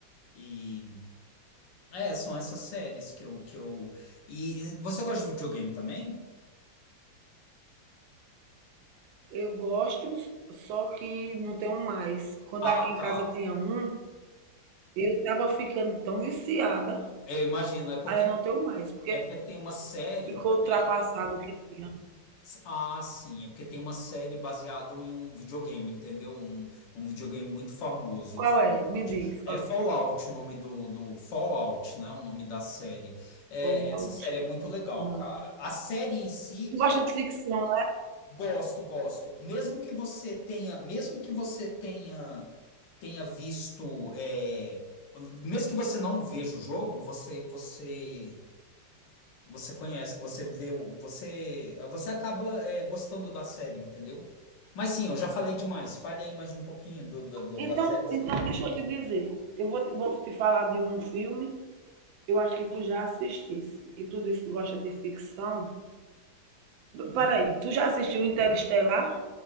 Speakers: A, on the left (about 75°); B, on the right (about 85°).
A: e é, são essas séries que eu, que eu... E e você gosta de videogame também?
B: Eu gosto, só que não tenho mais. Quando aqui
A: Ah,
B: em
A: tá.
B: casa tinha um, eu estava ficando tão viciada,
A: Eu imagino, é porque,
B: aí eu não tenho mais, porque
A: é porque tem uma série
B: ficou
A: também.
B: ultrapassado o que tinha.
A: Ah, sim, é porque tem uma série baseada em um videogame, entendeu? Um, um videogame muito famoso.
B: Qual
A: o Fallout.
B: é? Me diz. Qual-
A: É Fallout,
B: é?
A: o nome do, do Fallout, né? O nome da série. É,
B: Fallout.
A: essa série é muito legal,
B: Não.
A: cara. A série em si
B: Tu gosta de ficção,
A: Gosto, gosto. Mesmo que você tenha, mesmo que você tenha, tenha visto, é, mesmo que você não veja o jogo, você, você, você conhece, você vê, o- você, você acaba, é, gostando da série, entendeu? Mas sim, eu já falei demais. Fale aí mais um pouquinho do, do, do,
B: Então,
A: das séries
B: então
A: que.
B: deixa eu te dizer. Eu vou te, vou te falar de um filme, eu acho que tu já assistisse, que tu disse que gosta de ficção. Peraí, tu já assistiu Interestelar?